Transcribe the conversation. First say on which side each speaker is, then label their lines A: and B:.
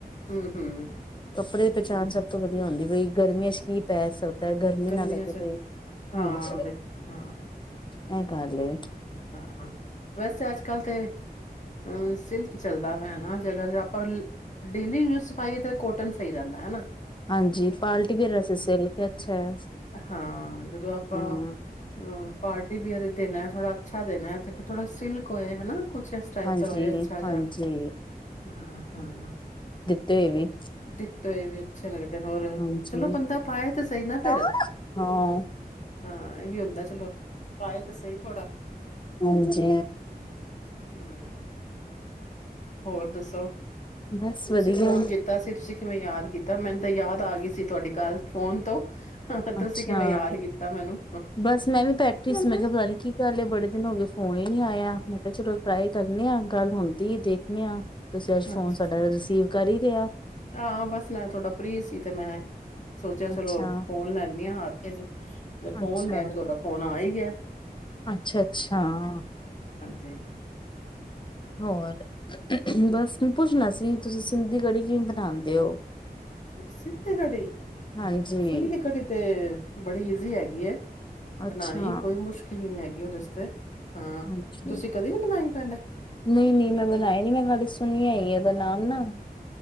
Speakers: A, on the left; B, on the left.
A: ਹਮ ਹਮ
B: ਕੱਪੜੇ ਦੀ ਪਹਿਚਾਣ ਸਭ ਤੋਂ ਵਧੀਆ ਹੁੰਦੀ ਬਈ ਗਰਮੀਆਂ ਚ ਕੀ ਪੈ ਗਰਮੀ
A: ਗਰਮੀਆਂ
B: ਨਾ ਲੱਗੇ
A: ਚ
B: ਪਈ
A: ਹਾਂ
B: ਹਾਂਜੀ
A: ਬਈ ਹਾਂ
B: ਮੇਘਾਲੇ
A: ਹਾਂ ਵੈਸੇ ਅੱਜ ਕੱਲ੍ਹ ਤਾਂ ਅ ਸਿਲਕ ਚੱਲਦਾ ਵਾ ਹੈਾ ਜੇਗਰ ਆਪਾਂ ਡੇਲੀ ਯੂਜ ਪਾਈਏ ਤਾਂ ਕੋਟਨ ਸਹੀ ਰਹਿੰਦਾ ਹੈਾ
B: ਹਾਂਜੀ ਕੁਆਲਟੀ ਵਅਰਸ ਸਿਲ ਕੇ ਅੱਛਾ ਹੈ
A: ਹਾਂ ਜਦੋਂ ਆਪਾਂ
B: ਹਮ
A: ਅ ਪਾਰਟੀ ਵੀਅਰ ਦਿਨ ਥੋੜਾ ਅੱਛਾ ਦੇਣਾ ਹੈ ਤੇ ਫ ਥੋੜਾ ਸਿਲਕ ਹੋਏ ਹਨਾ ਕੁਛ ਇਸ ਟਾਈਪ
B: ਹਾਂਜੀ
A: ਦਾ ਹੋਏ ਅੱਛਾ ਜਿਹਾ
B: ਹਾਂਜੀ
A: ਹਮ ਹਾਂ
B: ਤੇ ਵੀ
A: ਦਿੱਤੋਏ ਵੀ ਅੱਛੇ ਲੱਗਦੇ ਨੇ ਹੋਰ
B: ਹਾਂਜੀ
A: ਚਲੋ ਬੰਦਾ ਪਾਏ ਤੇ ਸਹੀ ਨਾ ਫਿਰ
B: ਹਾਂ
A: ਹਾਂ ਇਹ ਵੀ ਹੁੰਦਾ ਚਲੋ ਪਾਏ ਤਾਂ ਸਹੀ ਥੋੜਾ
B: ਹਾਂਜੀ
A: ਹੂੰ। ਹੋਰ ਦੱਸੋ
B: ਬਸ ਵਧੀਆ
A: ਤੁਸੀਂ ਫੋਨ ਕੀਤਾ ਸੀ ਤੁਸੀ ਕਿਵੇਂ ਯਾਦ ਕੀਤਾ? ਮੈਨੂੰ ਤਾਂ ਯਾਦ ਆ ਗਈ ਸੀ ਤੁਹਾਡੀ ਗੱਲ ਫੋਨ ਤੋਂ ਤੁਸੀਂ
B: ਅੱਛਾ,
A: ਕਿਵੇਂ ਯਾਦ ਕੀਤਾ ਮੈਨੂੰ
B: ਬਸ ਮੈਂ ਵੀ ਬੈਠੀ ਸੀ ਮੈਂ ਕਿਹਾ ਪਤਾ ਨੀ ਕੀ ਗਲ ਏ ਬੜੇ ਦਿਨ ਹੋ ਗਏ ਫੋਨ ਹੀ ਨੀ ਆਇਆ ਮੈਂ ਕਿਹਾ ਚਲੋ ਟਰਾਈ ਕਰਨੇ ਆ ਗੱਲ ਹੁੰਦੀ ਏ ਦੇਖਣੇ ਆ ਤੁਸੀਂ ਅੱਜ ਫੋਨ
A: ਅੱਛਾ
B: ਸਾਡਾ ਰਿਸੀਵ ਕਰ ਹੀ ਲਿਆ
A: ਹਾਂ ਬਸ ਮੈਂ ਥੋਡਾ ਫਰੀ ਸੀ ਤੇ ਮੈਂ ਸੋਚਿਆ ਚਲੋ
B: ਅੱਛਾ
A: ਫੋਨ ਲੈਂਣੀ ਹਾਂ ਹੱਥ ਕਿੰਜ ਮੈਂ ਫੋਨ
B: ਅੱਛਾ
A: ਲਿਆ ਤੇ ਤੁਹਾਡਾ ਫੋਨ ਆ ਹੀ ਗਿਆ।
B: ਅੱਛਾ ਅੱਛਾ, ਹਾਂ।
A: ਜਿਨ
B: ਹੋਰ, ਬਸ। ਪੁੱਛਣਾ ਸੀ ਤੁਸੀਂ ਸਿੰਧੀ ਕੜੀ ਕਿਵੇਂ ਬਣਾਉਂਦੇ ਔ।
A: ਸਿੱਧੀ ਕੜੀ
B: ਹਾਂਜੀ
A: ਸਿੰਧੀ ਕੜੀ ਤੇ ਬੜੀ ਈਜ਼ੀ ਹੈਗੀ ਏ
B: ਅੱਛਾ
A: ਬਣਾਨੀ। ਕੋਈ ਮੁਸ਼ਕਿਲ ਨਹੀਂ ਹੈਗੀ। ਰਿਸ਼ਤੇ ਹਾਂ,
B: ਹਾਂਜੀ
A: ਤੁਸੀਂ ਕਦੇ ਨੀ ਬਨਾਈ। ਪਹਿਲੇ
B: ਨਹੀਂ ਨਹੀਂ ਮੈਂ ਬਣਾਈ ਨੀ ਮੈਂ ਖਾਲੀ ਸੁਣਿਆ ਹੀ ਏ ਇਹਦਾ ਨਾਮ ਨਾ।